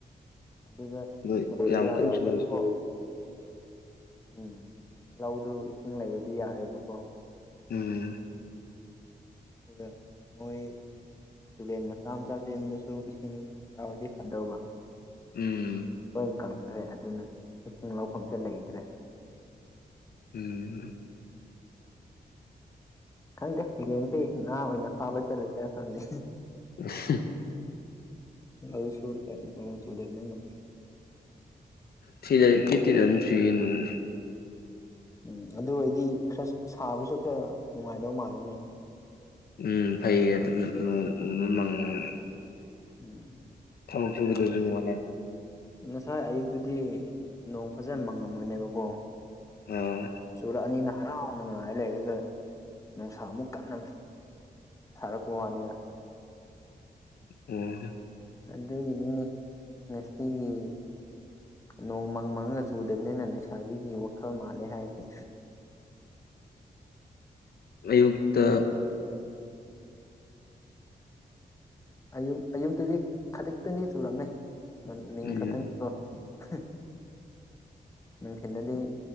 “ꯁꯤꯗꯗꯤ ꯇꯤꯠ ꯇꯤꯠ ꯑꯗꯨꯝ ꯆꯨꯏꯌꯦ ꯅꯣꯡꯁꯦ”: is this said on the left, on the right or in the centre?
Left